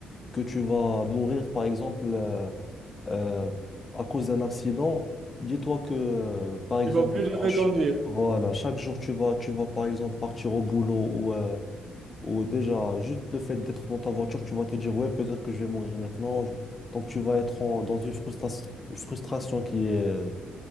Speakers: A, on the left (about 30°); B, on the right (about 50°).
A: que tu vas mourir, par exemple. euh, euh, à cause d'un accident, dis-toi que, euh, par exemple,
B: Tu vas plus
A: à
B: jamais
A: ch-
B: conduire.
A: voilà, chaque jour, tu vas, tu vas, par exemple, partir au boulot ou, euh, ou déjà, juste le fait d'être dans ta voiture, tu vas te dire, ouais, peut-être que je vais mourir maintenant. Je- Donc, tu vas être en- dans une frustras- une frustration qui est, euh,